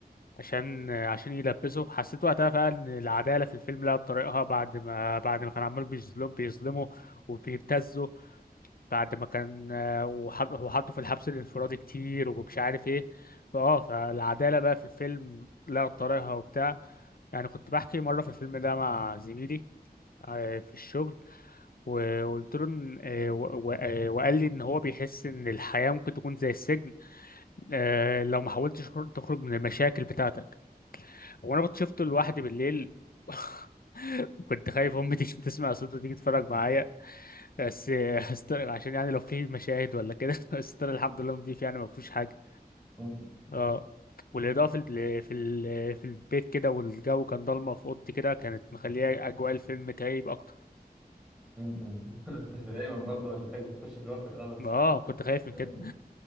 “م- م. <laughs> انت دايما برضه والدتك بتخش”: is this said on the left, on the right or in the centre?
Centre